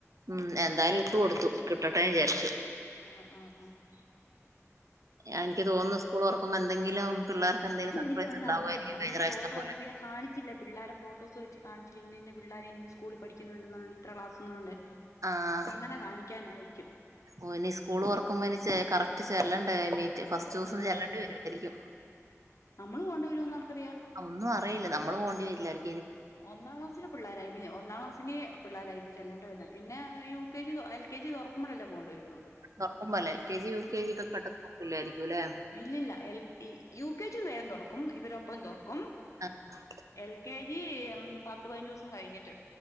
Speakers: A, on the right; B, on the left.
A: ഉം എന്തായാലും ഇട്ട് കൊടുത്തു കിട്ടട്ടെ ന്ന് വിചാരിച്ചു
B: ആഹ് ആഹ് ആഹ്
A: ആ എനിക്ക് തോന്നുന്നു സ്കൂൾ തുറക്കുമ്പോ എന്തെങ്കിലും പിള്ളേർക്ക് എന്തെലും സർപ്രൈസ്
B: എനിക്ക് തോന്നുന്നു
A: ഉണ്ടാവായിരിക്കും
B: അന്ന് അന്നൊരു
A: കഴിഞ്ഞ പ്രാവശ്യത്തെ
B: ഫോട്ടോ
A: പോലെ
B: പിന്നെ കാണിച്ചില്ല പിള്ളോരെ ഫോട്ടോസ് വെച്ച് കാണിച്ചില്ല പിന്ന ഇന്ന പിള്ളേർ ഇന്നെ സ്കൂളിൽ പഠിക്കുന്നുണ്ടന്നാണ് ഇത്ര ക്ലാസ്ന്ന കൊണ്ട്
A: ആഹ്
B: അങ്ങനെ കാണിക്കാനായിരിക്കും
A: ഓഹ് ഇനി സ്കൂളൊറക്കുമ്പോ ഇനി ചേ കറക്ട് ചെല്ലണ്ടേ മീ ഫസ്റ്റൂസം
B: ആഹ്
A: ചെല്ലേണ്ടിവരുവായിരിക്കും
B: അതെ നമ്മള് കൊണ്ടുവരുമോന്ന് ആർക്കറിയാം
A: ഒന്നും അറിയില്ല നമ്മള് പോണ്ടി വരില്ലായിരിക്കുംനി
B: ഒന്നാം ക്ലാസ്സിലെ പിള്ളോരായിരിക്കും ഒന്നാം ക്ലാസ്സിന് പിള്ളാരായിരിക്കും ചെല്ലേണ്ട പിന്നെ യു കെ ജി തൊ എൽ കെ ജി തൊർക്കുമ്പോഴല്ലേ പോണ്ടി വരുന്നുള്ളൂ
A: തൊർക്കുമ്പൊല്ലേ L K G U K
B: ഉം
A: ജിയെക്കെ പെട്ടെന്ന് തൊറക്കില്ലാരിക്കുംല്ലേ
B: ഇല്ലില്ല എൽക് ഈ യു കെ ജിയൊക്കെ വേഗം തൊറക്കും ഇവരൊപ്പം തൊറക്കും
A: ആഹ്
B: എൽ കെ ജി എം പത്ത് പതിനഞ്ചൂസം കഴിഞ്ഞിട്ട്